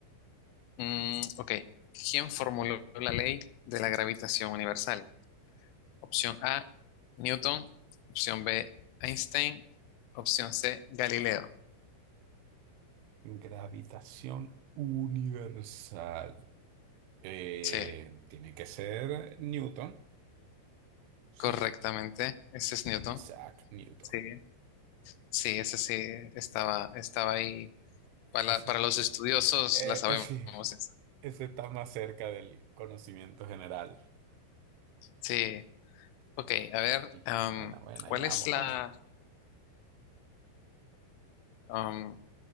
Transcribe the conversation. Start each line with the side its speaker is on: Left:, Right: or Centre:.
Left: Mm, ok, ¿quién formuló la ley de la gravitación universal? Opción A, Newton. Opción B, Einstein. Opción C, Galileo.
Right: Gravitación universal. Eh,
Left: Sí,
Right: tiene que ser Newton. Sí.
Left: correctamente. Ese es Newton.
Right: Isaac Newton.
Left: Sí. Sí, ese sí estaba, estaba ahí. Para,
Right: Ese.
Left: la- para los estudiosos
Right: Eh,
Left: la sabemos.
Right: <laughs> eh, sí.
Left: esa.
Right: Ese está más cerca del conocimiento general.
Left: Sí, ok, a ver,
Right: Mm.
Left: am,
Right: Buena, buena,
Left: ¿cuál
Right: ahí vamos,
Left: es la...
Right: vamos.
Left: am,